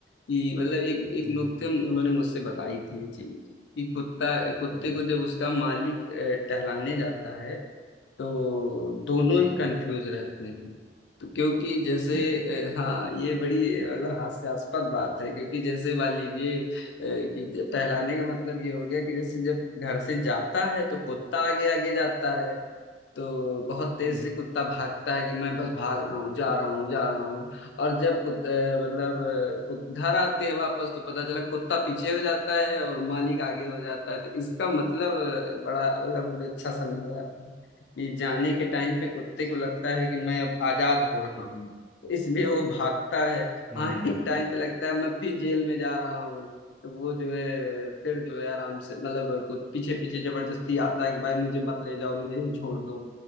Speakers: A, on the left; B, in the centre.
A: कि मतलब एक एक
B: हम्म
A: लोग थे उन्होंने मुझसे बताई थी ये चीज कि कुत्ता कुत्ते
B: हम्म
A: को जब उसका मालिक अ, टहलाने जाता है तो दोनों
B: हम्म
A: ही कंफ्यूज रहते हैं तो क्योंकि जैसे
B: हम्म
A: अ, हाँ ये बड़ी अ, मतलब हास्यास्पद बात है क्योंकि जैसे मान लीजिए अ, कि ज- टहलाने का मतलब ये हो गया कि जैसे जब घर से जाता है तो कुत्ता आगे आगे जाता है तो बहुत तेज
B: <laughs> हम्म
A: से कुत्ता भागता है कि मैं बस भाग रहा हूँ जा रहा हूँ जा रहा हूँ और जब कुत- अ, मतलब अ, कुत- घर आते हैं वापस तो पता चला कुत्ता पीछे हो जाता है और मालिक आगे हो जाता है तो इसका मतलब अ, बड़ा मतलब मुझे अच्छा समझा जाता है कि जाने के टाइम पे कुत्ते को लगता है कि मैं अब आजाद हो रहा हूँ तो इसलिए वो भागता है
B: हम्म
A: आने के टाइम पे लगता है मैं फिर जेल में जा रहा हूँ तो वो जो है फिर जो है आराम से मतलब कुछ पीछे पीछे जबरदस्ती आता है कि भाई मुझे मत ले जाओ मुझे यहीं छोड़ दो